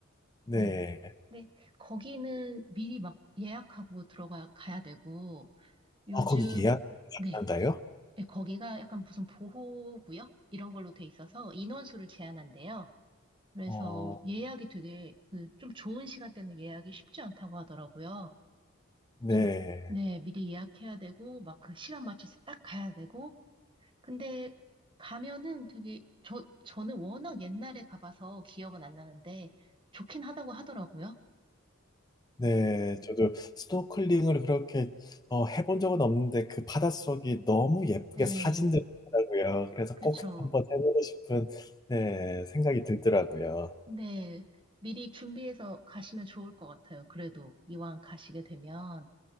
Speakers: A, on the left; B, on the right.
A: 네.
B: 네. 근데 거기는 미리 막 예약하고 들어가 가야 되고 요즘
A: 아, 거기 예약
B: 네.
A: 가능한가요?
B: 네, 거기가 약간 무슨 보호구역 이런 걸로 돼 있어서 인원수를 제한한대요. 그래서
A: 어,
B: 예약이 되게 그 좀 좋은 시간대는 예약이 쉽지 않다고 하더라고요.
A: 네.
B: 그래서 네, 미리 예약해야 되고 막 그 시간 맞춰서 딱 가야 되고 근데 가면은 되게 저 저는 워낙 옛날에 가봐서 기억은 안 나는데 좋긴 하다고 하더라고요.
A: 네,
B: 네.
A: 저도 스노클링을 그렇게 어, 해본 적은 없는데 그 바닷속이 너무 예쁘게
B: 네,
A: 사진들이 있더라고요. 그래서
B: 그쵸.
A: 꼭 한번 해보고 싶은 네, 생각이 들더라고요.
B: 근데 미리 준비해서 가시면 좋을 것 같아요. 그래도 이왕 가시게 되면.